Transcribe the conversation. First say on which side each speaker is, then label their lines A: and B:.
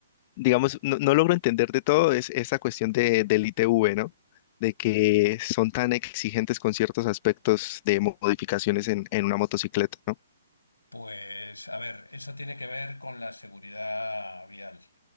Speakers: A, on the left; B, on the left.
A: digamos, no, no logro entender de todo es esa cuestión de, del ITV, ¿no? De que son tan exigentes con ciertos aspectos de modificaciones en, en una motocicleta, ¿no?
B: Pues a ver, eso tiene que ver con la seguridad vial.